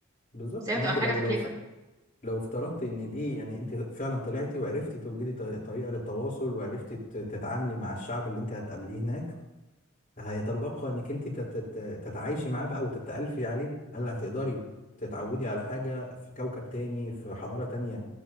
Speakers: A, on the left; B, on the right.
A: بالظبط
B: بس هي
A: ما
B: بتبقى
A: هو انت
B: محتاجه
A: لو
B: تكلفه
A: لو لو افترضتي ان دي يعني انت فعلا طلعتي وعرفتي توجدي ط- طريقه للتواصل وعرفتي ت- تتعاملي مع الشعب اللي انت هتقابليه هناك هيتبقى انك انت تت- تت- تتعايشي معاه بقى وتتألفي عليه هل هتقدري تتعودي على حاجه في كوكب تاني في حضاره تانية